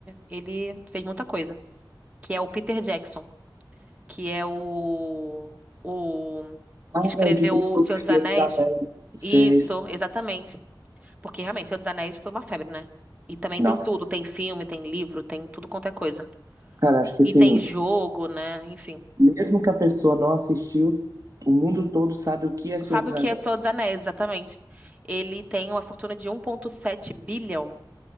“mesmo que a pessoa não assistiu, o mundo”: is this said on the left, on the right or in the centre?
Right